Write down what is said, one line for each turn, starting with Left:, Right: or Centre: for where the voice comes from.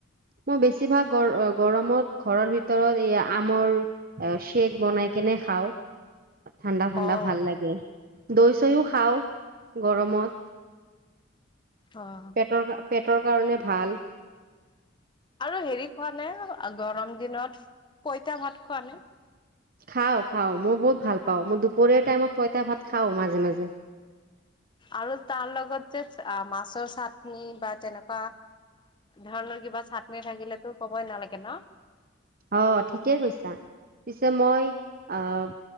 Right: মই বেছিভাগ গৰ-গৰমত ঘৰৰ ভিতৰত এই আমৰ এ শ্বেক বনাই কেনে খাওঁ। ঠাণ্ডা, ঠাণ্ডা
Left: অ',
Right: ভাল লাগে। দৈ, চৈও খাওঁ। গৰমত
Left: অ'।
Right: পেটৰ কা পেট। কাৰ কাৰণে ভাল।
Left: আৰু হেৰি খোৱা নে গৰম দিনত পইতা ভাত খোৱা নে?
Right: খাও খাও মই বহুত ভাল পাও মই দুপৰীয়া টাইমত পইতা ভাত খাও মাজে- মাজে।
Left: আৰু তাৰ লগত যে আ - মাছৰ চাটনি বা তেনেকুৱা ধৰণৰ কিবা চাটনি থাকিলেতো কবই নালাগে নহ।
Right: অ' ঠিকে কৈছা পিছে মই আ'